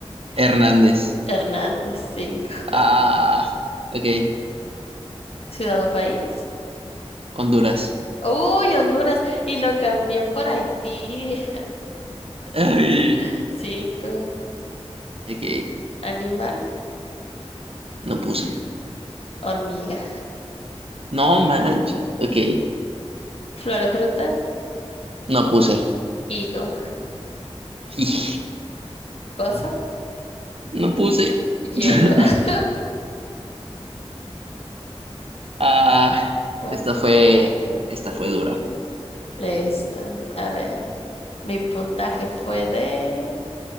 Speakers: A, on the right; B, on the left.
A: Hernández.
B: Hernández, cinco.
A: Ah, ok.
B: Ciudad o país.
A: Honduras.
B: Uy, Honduras. Y lo cambió por Haití.
A: Ay,
B: <laughs> Cinco.
A: ok.
B: Animal,
A: No puse.
B: hormiga.
A: No manches. Ok.
B: Flora, fruta,
A: No puse.
B: higo.
A: Ij,
B: Cosa,
A: No puse.
B: hielo.
A: <laughs>
B: <laughs>
A: Ah,
B: Cuatro,
A: esta fue,
B: cinco,
A: esta
B: cinco.
A: fue dura.
B: Listo. A ver. Mi puntaje fue de